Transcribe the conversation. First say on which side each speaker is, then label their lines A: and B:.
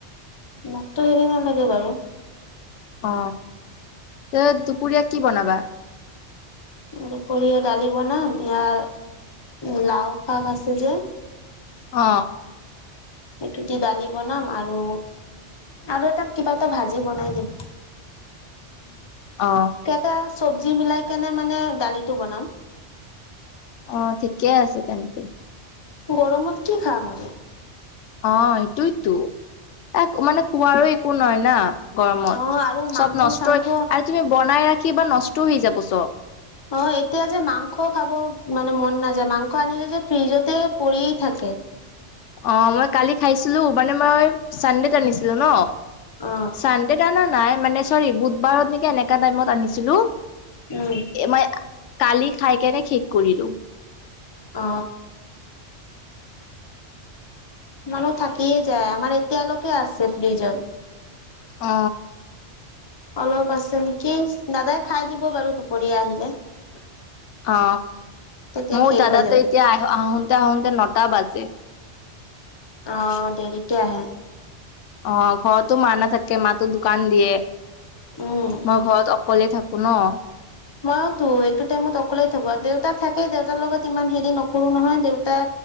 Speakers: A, on the left (about 25°); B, on the left (about 85°).
A: মোকতো হৰি নালাগে বাৰু।
B: অ ত দুপৰীয়া কি বনাবা?
A: দুপৰীয়া দালি, বনাম, ইয়াৰ লাও, শাক, আছে যে,
B: অ
A: এইটো দি দালি বনাম আৰু আৰু এটা কিবা এটা ভাজি বনাই দিম।
B: অ
A: এটা চব্জি মিলাই কিনে মানে দালিটো বনাম
B: অ ঠিকে আছে তেন্তে
A: গৰমত কি খাম আৰু
B: অ এইটোইতো এক মানে কুঁৱাৰো একো নাই না গৰমত
A: অ আৰু মাংস
B: চব নষ্ট
A: চাংস
B: আৰু তুমি বনাই ৰাখি বা নষ্ট হৈ যাব চব
A: অ এতিয়া যে মাংস খাব মান মন নাযায় মাংস আনিলে যে ফ্ৰিজতে পৰি থাকে- এক
B: অ মই কালি খাইছিলো মানে মই চানডেত আনিছিলো ন
A: অ
B: চানডেত অনা নাই মানে চৰি বুধবাৰত নেকি এনেকা টাইমত আনিছিলো-
A: উম
B: এ মই কালি খাই কেনে শেষ কৰিলো
A: অ, মানুহ থাকিয়ে যায় আমাৰ এতিয়া লৈকে আছে। ফ্ৰীজত
B: অ,
A: অলপ আছে নেকি দাদাই খাই দিব বাৰু দুপৰীয়া আহিলে।
B: অ
A: তেতিয়া
B: মোৰ
A: শেষ
B: দাদাটো
A: হৈ যাব
B: এতিয়া আহ আহোতে আহোতে নটা বাজে।
A: অ দেৰিকে আহে
B: অ ঘৰতো মা নাথাকে মাতো দোকান দিয়ে
A: উম।
B: মই ঘৰত অকলে থাকো। কোনো
A: ময়োতো এইটো টাইমত অকলেই থাকো দেউতা থাকে দেউতাৰ লগত ইমান হেৰি নকৰো নহয় দেউতা